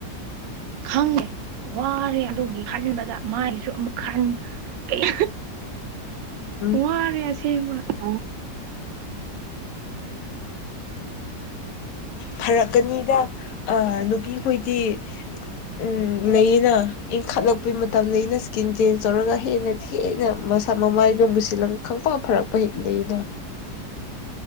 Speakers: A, on the right; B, on the left.
A: ꯈꯪꯉꯦ ꯋꯥꯔꯦ ꯑꯗꯨꯒꯤ ꯈꯟꯕꯗ ꯃꯥꯒꯤꯁꯨ ꯑꯃꯨꯛ ꯈꯟ ꯀꯩ
B: ꯎꯝ
A: ꯋꯥꯔꯦ ꯑꯁꯦꯡꯕ ꯎꯝ
B: ꯐꯔꯛꯀꯅꯤꯗ ꯑ ꯅꯨꯄꯤꯈꯣꯏꯗꯤ ꯎꯝ ꯂꯩꯌꯦꯅ ꯏꯪꯈꯠꯂꯛꯄꯩ ꯃꯇꯝꯗ ꯑꯩꯅ ꯏꯁꯀꯤꯟ ꯆꯦꯟꯖ ꯇꯧꯔꯒ ꯍꯦꯟꯅ ꯍꯦꯟꯅ ꯃꯁꯥ ꯃꯃꯥꯏꯗꯣꯕꯨꯁꯤꯜꯂꯒ ꯈꯪꯄ ꯐꯔꯛꯄ ꯍꯦꯛ ꯂꯩꯅ